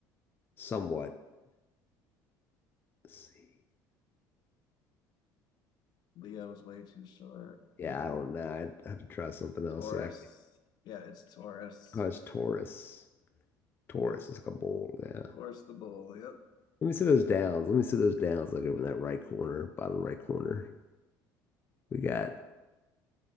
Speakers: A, on the left; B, on the left.
A: somewhat. C.
B: Leo's way too short.
A: Yeah,
B: Uh,
A: I don't know. I'd have to try something else.
B: Taurus.
A: Yeah, I,
B: Yeah, it's Taurus.
A: oh, it's Taurus. Taurus is like a bull. Yeah.
B: Taurus the bull. Yep.
A: Let me see those downs. Let me see those downs. Like over in that right corner, bottom right corner. We got